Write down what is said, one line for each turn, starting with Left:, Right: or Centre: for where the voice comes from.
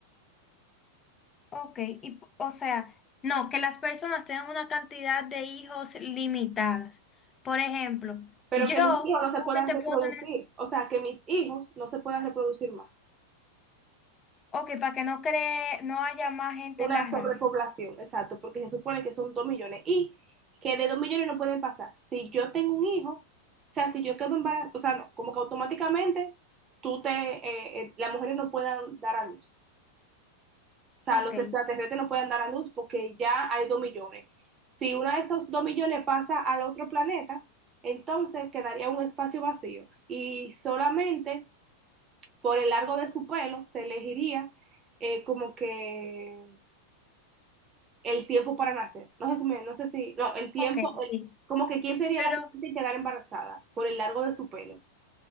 Left: Ok, y, p- o sea, no, que las personas tengan una cantidad de hijos limitadas. Por ejemplo,
Right: pero
Left: yo
Right: que mis hijos no se
Left: solamente
Right: puedan reproducir,
Left: puedo tener,
Right: o sea, que mis hijos no se puedan reproducir más.
Left: ok, para que no cree, no haya más gente
Right: Una
Left: en la
Right: sobrepoblación,
Left: raza.
Right: exacto, porque se supone que son dos millones y que de dos millones no pueden pasar. Si yo tengo un hijo, o sea, si yo quedo embarazada, o sea, no, como que automáticamente tú te, eh, eh, las mujeres no puedan dar a luz. O sea,
Left: Ok,
Right: los extraterrestres no pueden dar a luz porque ya hay dos millones. Si uno de esos dos millones pasa al otro planeta, entonces quedaría un espacio vacío y solamente por el largo de su pelo se elegiría eh, como que el tiempo para nacer. No sé si, me- no sé si, no, el tiempo,
Left: ok,
Right: el-
Left: sí.
Right: como que quién sería
Left: pero
Right: la siguiente en quedar embarazada por el largo de su pelo.